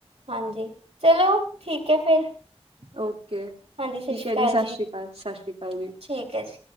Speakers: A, on the right; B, on the right.
A: ਹਾਂਜੀ, ਚਲੋ ਠੀਕ ਹੈ ਫਿਰ
B: ਓਕੇ, ਠੀਕ
A: ਹਾਂਜੀ ਸ਼੍ਰੀ
B: ਹੈ
A: ਅਕਾਲ
B: ਜੀ ਸਤਿ ਸ਼੍ਰੀ ਅਕਾਲ, ਸਤਿ ਸ਼੍ਰੀ ਅਕਾਲ ਜੀ
A: ਠੀਕ ਹੈ ਜੀ